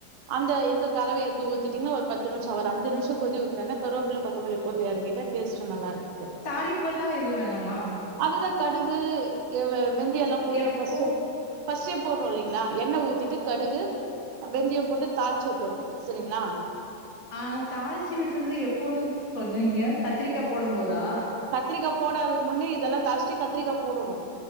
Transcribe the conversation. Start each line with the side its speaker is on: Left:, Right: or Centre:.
Right: அந்த எது கலவை எடுத்து ஊத்திட்டீங்கானா ஒரு பத்து நிம்ஷோ ஒரு அஞ்சு நிம்ஷோ கொதி விட்டோனா கருவாபுள்ளா கொத்தமல்லி போட்டு எறக்கிட்ட டேஸ்ட்டு நல்லா இருக்
Left: தாலிப்புல்லா எதுவு வேணாமா
Right: அதுதா கடுகு வெ வெந்தயோ எல்லா போட்டு
Left: எப்போ
Right: ஃபஸ்ட்டு ஃபஸ்ட்டே போடுறோ இல்லீங்ளா எண்ண ஊத்திட்டு கடுகு வெந்தயோ போட்டு தாளிச்சு உட்டுரோ சேரிங்களா
Left: ஆ தாளிச்சி விட்டுறது எப்போன்னு சொல்றீங்க கத்திரிக்கா போடும் போதா
Right: கத்திரிக்கா போடததுக்கு முன்னே இதெல்லா தாழுச்சிட்டு கத்திரிக்கா போடனு